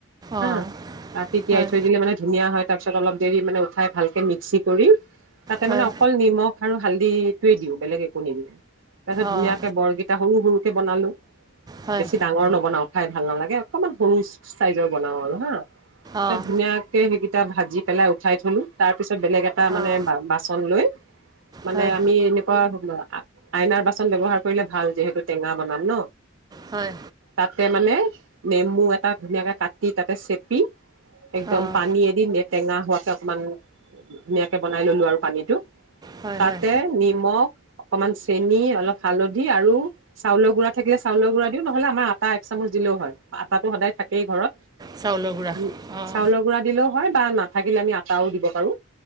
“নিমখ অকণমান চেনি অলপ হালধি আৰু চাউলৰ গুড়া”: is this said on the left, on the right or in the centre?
Right